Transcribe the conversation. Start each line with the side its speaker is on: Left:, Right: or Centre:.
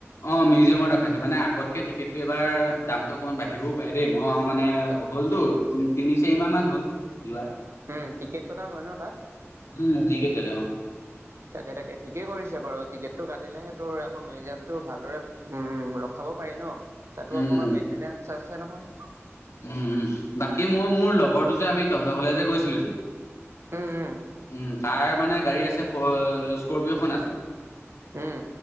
Left: অ', মিউজিয়ামত ৰখাইছে মানে আগতকে টিকেটটো এবাৰ দামটো অকমান বাঢ়িবও পাৰে দেই। মই মানে হ'লতো। উম, তিনি চাৰি মাহ মান হল যোৱা।
Right: উম টিকেট কটা হয় ন তাত।
Left: উম, টিকেট কাতে উম।
Right: তাকে তাকে ঠিকেই কৰিছে বাৰু, টিকেটটো কাটিলেহে তোৰ আকৌ মিউজিয়ামটো ভালদৰে উম, ৰখাব পাৰি ন, তাতো
Left: উম
Right: অকণমান
Left: উম
Right: মেইনটেনেন্ঞ্চ আছে নহয়।
Left: উম। বাকী মই মোৰ লগৰটো যে আমি তহতৰ ঘৰলে যে গৈছিলো যে।
Right: উম উম।
Left: উম, তাৰ মানে গাড়ী আছে স্কৰপিঅ খন আছে।
Right: উম